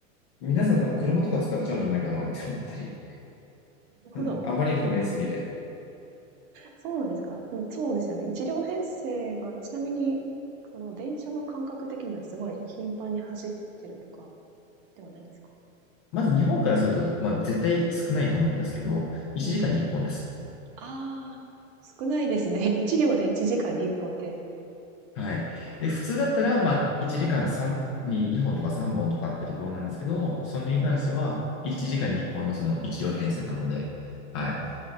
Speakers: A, on the left; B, on the right.
A: う、皆さん多分車とか使っちゃうんじゃないかなって思ったり、
B: なるほど。
A: うん、あまりに不便すぎて。
B: そうなんですか。うん、そうですよね。1両編成が、ちなみに、その電車の感覚的にはすごい頻繁に走ってるとかではないんですか
A: まず日本からすると、まあ、絶対少ないと思うんですけど、1時間に1本です。
B: うん。ああ、少ないですね。<laughs> 1両で1時間に1本って。
A: はい。で、普通だったら、まあ、1時間3に2本とか3本とかってところなんですけど、それに関しては、
B: はい。
A: 1時間に1本のその1両編成なので、はい。
B: うんうん、